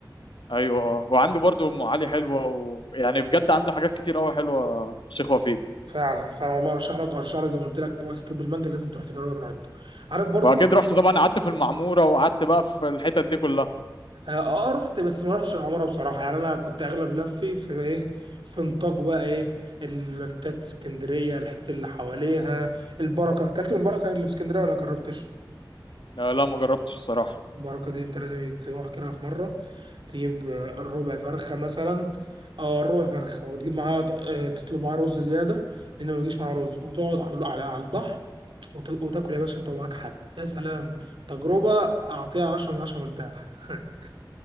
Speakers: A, on the left (about 80°); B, on the right (about 80°).
A: ايوه آه. وعنده برضه ام علي حلوه ويعني بجد عنده حاجات كتير قوي حلوه الشيخ وفيق
B: فعلا فعلا والله ارشح لك ارشح لك زي ما قلت لك ايس كريم بالمانجا لازم تروح تجربها من عنده عارف برضه
A: واكيد رحت طبعا قعدت في المعموره وقعدت بقى في الحتت دي كلها
B: اه آه، آه، رحت بس ما رحتش العماره بصراحه يعني انا كنت اغلب لفي في ايه في نطاق بقى ايه التات اسكندريه الحته اللي حواليها البركه اكلت من البركه اللي في اسكندريه ولا جربتش
A: آه، لا ما جربتش الصراحه
B: البركه دي انت لازم تروح كده في مره تجيب آه، الربع فرخه مثلا اه الربع فرخه وتجيب معاها آه، تطلب معاها رز زياده لان ما بيجيش معاها رز وتقعد على على- على البحر وت- وتاكل يا باشا انت ومعاك حد يا سلام تجربه اعطيها 10 من 10 مرتاح <laughs>